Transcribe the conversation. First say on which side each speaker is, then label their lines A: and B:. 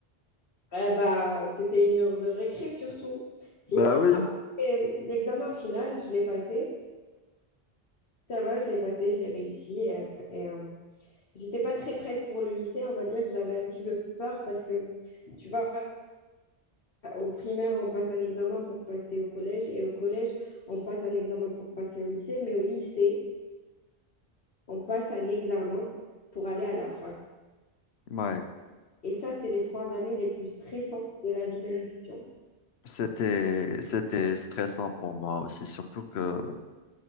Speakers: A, on the left (about 65°); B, on the left (about 85°).
A: Eh ben, c'était une heure de récré surtout. Sinon,
B: Bah oui,
A: euh, l'examen final, je l'ai passé. Ça va, je l'ai passé, je l'ai réussi. Et, euh, et, euh, j'étais pas très prête pour le lycée. On va dire que j'avais un petit peu peur parce que, tu vois, au primaire, on passe un examen pour passer au collège. Et au collège, on passe un examen pour passer au lycée. Mais au lycée, on passe un examen pour aller à la fac.
B: ouais.
A: Et ça, c'est les trois années les plus stressantes de la vie d'un étudiant.
B: C'était, c'était stressant pour moi aussi, surtout que